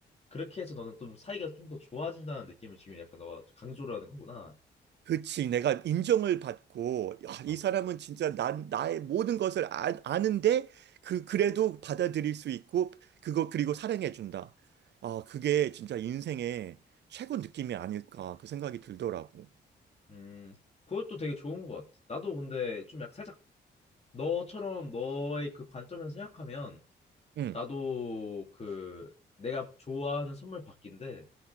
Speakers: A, on the left (about 35°); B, on the right (about 70°).
A: 그렇게 해서 너는 좀 사이가 좀 더 좋아진다는 느낌을 지금 약간 너가 강조를 하는 거구나.
B: 그치. 내가 인정을 받고, 야,
A: 어,
B: 이 사람은 진짜 난, 나의 모든 것을 아, 아는데, 그, 그래도 받아들일 수 있고, 그거, 그리고 사랑해준다. 아, 그게 진짜 인생의 최고 느낌이 아닐까, 그 생각이 들더라고.
A: 음, 그것도 되게 좋은 것 같아. 나도 근데 좀 약간 살짝 너처럼 너의 그 관점에서 생각하면
B: 응.
A: 나도 그 내가 좋아하는 선물 받기인데